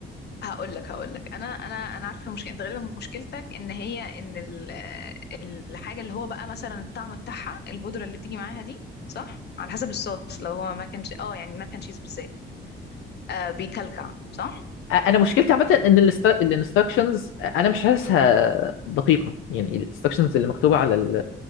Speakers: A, on the left (about 55°); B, on the left (about 80°).
A: هقول لك هقول لك انا انا انا عارفه المشكله انت غالبا مشكلتك ان هي ان ال- آه، الحاجه اللي هو بقى مثلا الطعم بتاعها البودره اللي بتيجي معاها دي صح على حسب الصوص لو هو ماكن اه يعني الماكن تشيز بالذات آه بيكلكع صح
B: انا مشكلتي عامه ان الانستراكشنز انا مش حاسسها دقيقه يعني الانستراكشنز اللي مكتوبه على ال